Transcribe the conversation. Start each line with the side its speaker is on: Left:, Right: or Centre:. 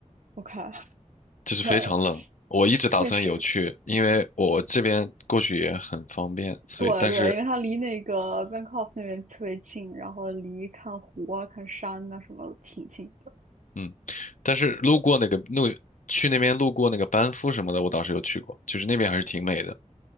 Right: ，OK，<laughs>
Left: 就是非常冷。
Right: 那
Left: 我一直打算有去，
Right: 确实，
Left: 因为我这边过去也很方便，所以但是
Right: 对对，因为它离那个 Bangkok 那边特别近，然后离看湖啊、看山啊什么挺近的。
Left: 嗯，但是路过那个路，去那边路过那个班夫什么的，我倒是有去过，就是那边还是挺美的。